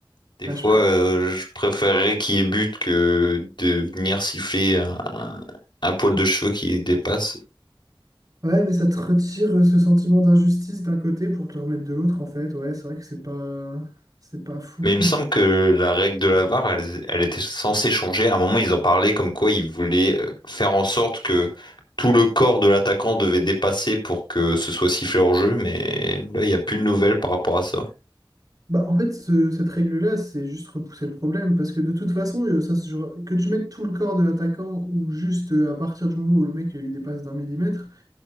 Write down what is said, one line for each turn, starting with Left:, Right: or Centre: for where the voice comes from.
Left: Des
Right: Bah,
Left: fois,
Right: je pré-
Left: euh, je préférerais qu'il y ait but que de venir siffler un, un poil de cheveux qui dépasse.
Right: Ouais, mais ça te retire euh, ce sentiment d'injustice d'un côté pour te le remettre de l'autre, en fait. Ouais, c'est vrai que c'est pas, c'est pas foufou.
Left: Mais il me semble que la règle de la VAR, elle, elle était censée changer. À un moment, ils en parlaient comme quoi ils voulaient euh, faire en sorte que tout le corps de l'attaquant devait dépasser pour que ce soit sifflé hors jeu. Mais là, il n'y a plus de nouvelles par rapport à ça.
Right: Bah, en fait, ce- cette règle-là, c'est juste repousser le problème, parce que de toute façon, euh, ça se jouera- que tu mettes tout le corps de l'attaquant ou juste euh, à partir du moment où le mec euh, il dépasse d'un millimètre,